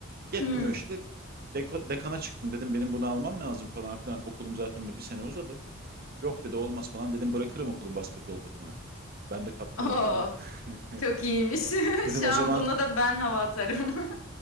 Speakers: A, on the right; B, on the left.
A: yetmiyor
B: Hı.
A: işte. Deko- dekana çıktım dedim benim bunu almam lazım falan filan. Okulum zaten hani bir sene uzadı. Yok dedi olmaz falan dedim bırakırım okulun basketbol takımını. Ben de kaptanım
B: Oo.
A: tabii.
B: Çok
A: <laughs>
B: iyiymiş. <laughs>
A: Dedim
B: Şu
A: o
B: an
A: zaman
B: buna da ben hava atarım.